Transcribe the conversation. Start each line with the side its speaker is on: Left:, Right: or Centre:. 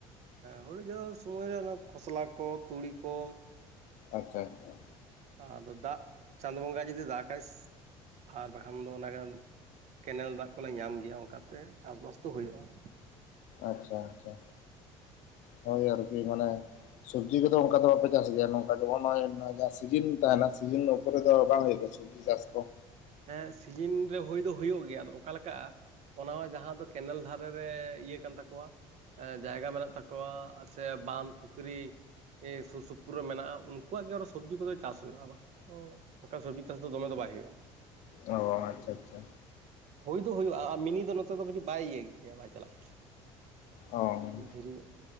Right: ᱦᱩᱲᱩ ᱡᱚᱦᱚ ᱥᱚᱢᱚᱭ ᱨᱮ ᱚᱱᱟ ᱠᱷᱚᱥᱞᱟ ᱠᱚ ᱛᱩᱲᱤ ᱠᱚ᱾
Left: ᱟᱪᱪᱷᱟ ᱟᱪᱪᱷᱟ
Right: ᱟᱫᱚ ᱫᱟᱜ ᱪᱟᱸᱫᱚ ᱵᱚᱸᱜᱟᱭ ᱡᱩᱫᱤ ᱫᱟᱜᱟᱭ ᱥᱮ ᱟᱨ ᱵᱟᱠᱷᱟᱱ ᱫᱚ ᱚᱱᱟᱜᱟᱱ ᱠᱮᱱᱮᱞ ᱫᱟᱜ ᱠᱚᱞᱮ ᱧᱟᱢ ᱜᱮᱭᱟ ᱚᱱᱠᱟᱛᱮ ᱪᱟᱥᱵᱟᱥ ᱫᱚ ᱦᱩᱭᱩᱜᱳᱼᱟ ᱾
Left: ᱟᱪᱪᱷᱟ ᱟᱪᱪᱷᱟ ᱟᱪᱪᱷᱟ ᱦᱳᱭ ᱟᱨᱠᱤ ᱢᱟᱱᱮ ᱥᱚᱵᱡᱤ ᱠᱚᱫᱚ ᱚᱱᱠᱟ ᱫᱚ ᱵᱟᱯᱮ ᱪᱟᱥ ᱜᱮᱭᱟ ᱱᱚᱝᱠᱟ ᱡᱮᱢᱚᱱ ᱱᱚᱜᱚᱭ ᱡᱟᱦᱟᱸ ᱥᱤᱡᱤᱱ ᱛᱟᱦᱮᱱᱟ ᱥᱤᱡᱤᱱ ᱩᱯᱚᱨ ᱫᱚ ᱵᱟᱝ ᱦᱩᱭᱩᱜ ᱠᱟᱱᱟ ᱥᱚᱵᱡᱤ? ᱪᱟᱥ ᱠᱚ
Right: ᱦᱮᱸ ᱥᱤᱡᱤᱱ ᱨᱮ ᱦᱩᱭ ᱫᱚ ᱦᱩᱭᱩᱜ ᱜᱮᱭᱟ ᱟᱫᱚ ᱚᱠᱟᱞᱮ ᱞᱮᱠᱟᱜᱼᱟ ᱚᱱᱟ ᱦᱚᱸ ᱡᱟᱦᱟ ᱫᱚ ᱠᱮᱱᱮᱞ ᱫᱷᱟᱨᱮ ᱨᱮ ᱤᱭᱟᱹ ᱠᱟᱱ ᱛᱟᱠᱚᱣᱟ ᱮ ᱡᱟᱭᱜᱟ ᱢᱮᱱᱟᱜ ᱛᱟᱠᱚᱣᱟ ᱥᱮ ᱵᱟᱸᱫᱷ ᱯᱩᱠᱷᱨᱤ ᱥᱩᱨ ᱥᱩᱯᱩᱨ ᱯᱩᱨ ᱨᱮ ᱢᱮᱱᱟᱜᱼᱟ ᱩᱱᱠᱩᱣᱟᱜ ᱜᱮ ᱟᱨᱚ ᱥᱚᱵᱽᱡᱤ ᱠᱚᱫᱚ ᱪᱟᱥ ᱦᱩᱭᱩᱜᱼᱟ ᱵᱟᱝ ᱫᱚ ᱵᱟᱠᱷᱟᱱ ᱥᱚᱵᱽᱡᱤ ᱪᱟᱥ ᱫᱚᱢᱮ ᱫᱚ ᱵᱟᱭ ᱦᱩᱭᱩᱜᱼᱟ
Left: ᱚ ᱟᱪᱪᱷᱟ ᱟᱪᱪᱷᱟ ᱟᱪᱪᱷᱟ
Right: ᱦᱩᱭ ᱫᱚ ᱦᱩᱭᱩᱜᱼᱟ ᱟᱨ ᱢᱤᱱᱤ ᱫᱚ ᱱᱚᱛᱮ ᱫᱚ ᱠᱟᱹᱴᱤᱡ ᱵᱟᱭ ᱤᱭᱟᱹ ᱜᱮᱭᱟ ᱵᱟᱭ ᱪᱟᱞᱟᱜ ᱜᱮᱭᱟ᱾
Left: ᱚ ᱦᱩᱸ
Right: ᱫᱷᱤᱨᱤᱧᱚᱜ